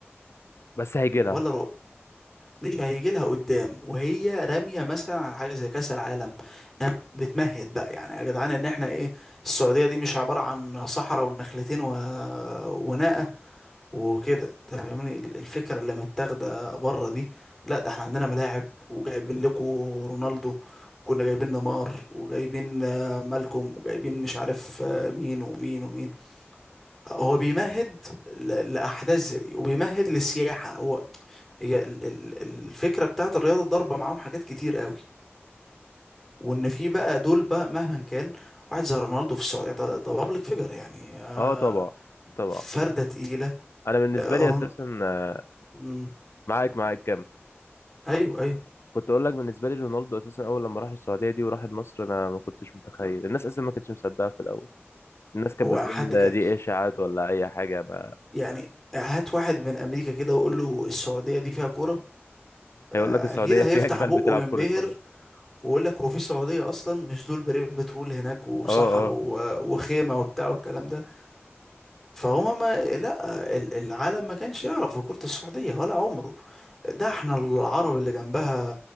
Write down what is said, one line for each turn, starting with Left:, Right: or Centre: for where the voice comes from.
Left: بس هيجي
Centre: ولا
Left: لها
Centre: رو... مش هيجي لها قدام وهي راميه مثلا على حاجه زي كاس العالم انها بتمهد بقى يعني يا جدعان ان احنا ايه السعوديه دي مش عباره عن صحراء ونخلتين و... وناقه وكده انت طب فاهمني ال- الفكره اللي متاخده بره دي لا ده احنا عندنا ملاعب وجايبين لكم رونالدو وكنا جايبين نيمار وجايبين آه، مالكوم وجايبين مش عارف آه، مين ومين ومين هو بيمهد ل- لاحداث زي دي وبيمهد للسياحه هو هي ال- ال- الفكرة بتاعت الرياضة الضربة معاهم حاجات كتير قوي وان في بقى دول بقى مهما كان واحد زي رونالدو في السعودية ده بابليك فيجر يعني آه،
Left: اه طبعا طبعا
Centre: فردة تقيلة
Left: انا بالنسبة
Centre: آه،
Left: لي
Centre: رون...
Left: اساسا آه،
Centre: مم.
Left: معاك معاك كم
Centre: ايوه ايوه
Left: كنت اقول لك بالنسبه لي رونالدو اساسا اول لما راح السعوديه دي وراح النصر انا ما كنتش متخيل الناس اصلا ما كانتش مصدقه في الاول الناس كانت
Centre: هو
Left: بتقول
Centre: حد كان
Left: دي ايه اشاعات ولا اي حاجه ما
Centre: يعني هات واحد من امريكا كده وقول له السعوديه دي فيها كوره آه،
Left: هيقول لك السعوديه
Centre: اكيد هيفتح
Left: فيها جمال
Centre: بقه
Left: بتلعب
Centre: وينبهر
Left: كره قدم
Centre: ويقول لك هو في سعوديه اصلا مش دول بريم بترول هناك وصحراء
Left: اه اه
Centre: و- وخيمه وبتاع والكلام ده فهما ما لا ال- العالم ما كانش يعرف في كره السعوديه ولا عمره ده احنا العرب اللي جنبها